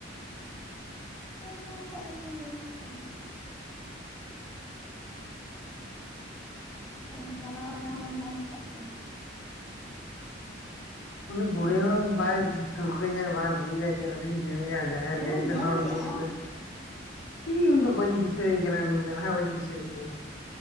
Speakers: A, in the centre; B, on the left.
A: ᱟᱫᱚ ᱵᱟᱠᱷᱟᱡ ᱫᱚ ᱞᱮᱭ ᱦᱚᱪᱚ ᱠᱚᱣᱟᱢ ᱛᱟᱦᱞᱮᱢ ᱪᱟᱞᱟᱣ ᱞᱮᱱᱟᱢ ᱢᱮᱱ ᱦᱚᱴᱚ ᱠᱟᱜ ᱠᱮᱭᱟ᱾
B: ᱩᱱᱤ ᱵᱩᱲᱦᱤ
A: ᱟᱢᱜᱮ
B: ᱦᱚᱸ ᱵᱟᱭ ᱴᱷᱟᱹᱣᱠᱟᱹᱧᱟᱭ ᱵᱟᱭ ᱵᱩᱡᱟᱭ ᱪᱮᱫ ᱟᱫᱩᱧ ᱞᱮᱭ ᱟᱭᱟ ᱡᱟᱸ ᱦᱟᱭ
A: ᱯᱩᱨᱟᱹᱢ
B: ᱞᱟᱹᱭᱛᱮ
A: ᱧᱮᱞ
B: ᱦᱚᱲ
A: ᱠᱮᱫᱮᱭᱟ
B: ᱩᱱᱤ ᱜᱮᱛᱚ
A: ᱟᱢ
B: ᱤᱧ ᱩᱱᱤᱫᱚ ᱵᱟᱹᱧ ᱫᱤᱥᱟᱹᱭᱮ ᱠᱟᱱᱟ ᱢᱮᱫᱦᱟ ᱵᱟᱹᱧ ᱫᱤᱥᱟᱹᱭ-ᱜ ᱛᱟᱭᱟ᱾